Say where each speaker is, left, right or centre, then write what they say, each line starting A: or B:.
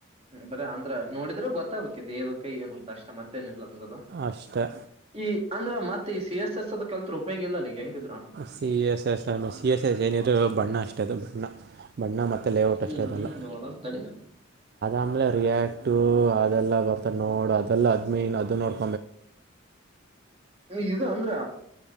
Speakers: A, on the right (about 30°); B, on the right (about 50°).
A: ಬರಿ ಅಂದ್ರ ನೋಡಿದ್ರೆ ಗೊತ್ತಾಗಬೇಕಿದ್ ಏದಕ್ಕೆ ಏನ ಅಷ್ಟ ಮತ್ತೇನ ಇಲ್ಲ ದ
B: ಅಷ್ಟೇ
A: ಈ ಅಂದ್ರ ಮತ್ತ ಈ ಸಿ ಎಸ್ ಎಸ್ ಅದ ಕಲ್ತ್ ಉಪಯೋಗ ಇಲ್ಲ ಈಗ ಹೆಂಗದ್ರು
B: C S S C S S ಏನಿದ್ರು ಬಣ್ಣ ಅಷ್ಟ ಅದು ಬಣ್ಣ ಬಣ್ಣ ಮತ್ತೆ ಲೇಔಟ್
A: ಹ್ಮ್
B: ಅಷ್ಟೇ ಅದೆಲ್ಲ
A: ಹ್ಮ್ ನೋಡಮ ತಡಿ
B: ಆಮಲೆ ರಿಯಾಕ್ಟ ಅದೆಲ್ಲ ಬರ್ತ ನೋಡು ಅದೆಲ್ಲ ಅದ್ಮೇನ್ ಅದು ನೋಡ್
A: ನೀ ಇದು ಅಂದ್ರ